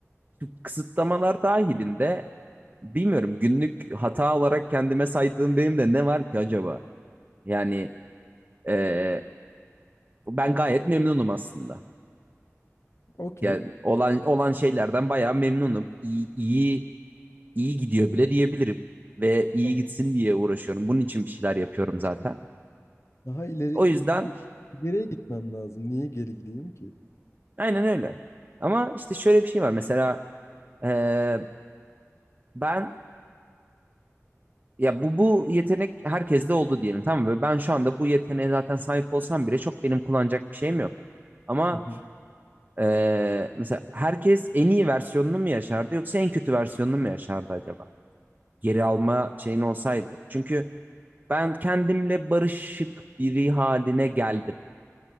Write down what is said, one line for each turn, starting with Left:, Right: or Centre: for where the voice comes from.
Right: kısıtlamalar dahilinde bilmiyorum günlük hata olarak kendime saydığım benim de ne var ki acaba? Yani e, ben gayet memnunum aslında.
Left: Okey.
Right: Yani olan olan şeylerden bayağı memnunum. İyi, iyi iyi gidiyor bile diyebilirim ve iyi
Left: Tamam.
Right: gitsin diye uğraşıyorum. Bunun için bir şeyler yapıyorum zaten.
Left: Daha ileri
Right: O yüzden
Left: tabii ileriye gitmem lazım. Niye geri gideyim ki?
Right: aynen öyle. Ama işte şöyle bir şey var. Mesela e, ben Ya bu bu yetenek herkeste oldu diyelim tamam mı? Ve Ben şu anda bu yeteneğe zaten sahip olsam bile çok benim kullanacak bir şeyim yok. Ama
Left: Hı hı,
Right: eee, mesela herkes en iyi versiyonunu mu yaşardı yoksa en kötü versiyonunu mu yaşardı acaba? Geri alma şeyin olsaydı. Çünkü ben kendimle barışık biri haline geldim.